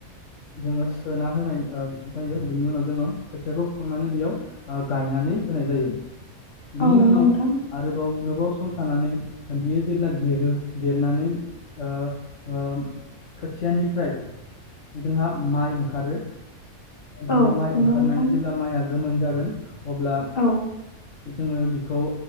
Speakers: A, on the left; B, on the left.
A: जोङो सोना होनाय जायो बिनि उनाव जोङो खोथियाखौ फुखांनानै बेयाव गायनानै होनाय जायो
B: औ
A: बिनि
B: नंगौ
A: उनाव
B: नोंथां
A: आरोबाव गोबाव सम थानानै बियो जेब्ला देरो देरनानै ओ ओ खोथियानिफ्राय जोंहा माइ ओंखारो बियो
B: औ
A: माइ ओंखारनानै
B: नंगौ नोंथां
A: जेब्ला माइआ गोमोन जागोन अब्ला
B: औ
A: जोङो बिखौ